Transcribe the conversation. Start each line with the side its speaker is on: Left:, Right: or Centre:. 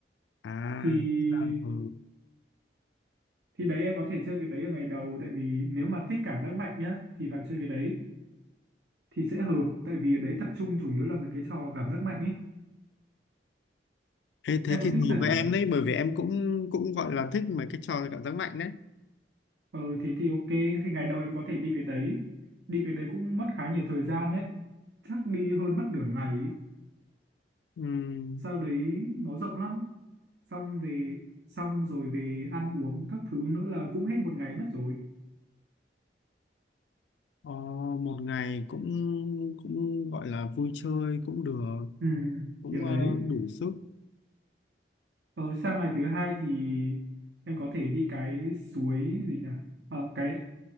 Left: À,
Right: Thì
Left: thế là, ừ.
Right: thì đấy em có thể chơi cái đấy ở ngày đầu tại vì nếu mà thích cảm giác mạnh nhá thì vào chơi cái đấy thì sẽ hợp tại vì ở đấy tập trung chủ yếu là mấy cái trò cảm giác mạnh ấy
Left: Thế, thế
Right: em
Left: thì
Right: có
Left: hợp
Right: thích chơi
Left: với
Right: kiểu
Left: em
Right: đấy không?
Left: đấy, bởi vì em cũng cũng gọi là thích mấy cái trò cảm giác mạnh đấy.
Right: ờ thế thì ok thì ngày đầu em có thể đi cái đấy đi cái đấy cũng mất khá nhiều thời gian đấy chắc đi hơn mất nửa ngày ấy.
Left: Ừm,
Right: sau đấy nó rộng lắm xong về xong rồi về ăn uống các thứ nữa là cũng hết một ngày mất rồi
Left: ờ, một ngày cũng cũng gọi là vui chơi cũng được,
Right: ừ
Left: cũng
Right: kiểu
Left: ờ,
Right: đấy
Left: đủ sức.
Right: ờ sang ngày thứ hai thì em có thể đi cái suối gì nhỉ ờ cái